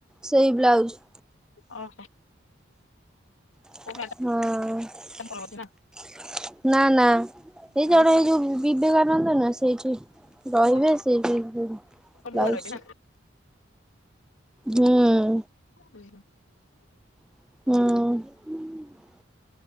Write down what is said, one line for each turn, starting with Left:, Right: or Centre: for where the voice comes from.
Centre: ସେଇ ବ୍ଲାଉଜ।
Left: ଓହୋ
Centre: ହଁ।
Left: କୋଉ ମ୍ୟାଡାମ ଙ୍କର ବୋଧେ ନା
Centre: ନା ନା। ସେ
Left: ଆଉ
Centre: ଜଣେ ଏଇ ଯୋଉ ବିବେକାନନ୍ଦ ନା <inaudible> ରହିବେ
Left: ହଁ
Centre: ସେଇ ବ୍ଲାଉଜ
Left: ନୂଆ ରହିବେ ନା
Centre: ହୁଁ।
Left: <inaudible>
Centre: ହଁ।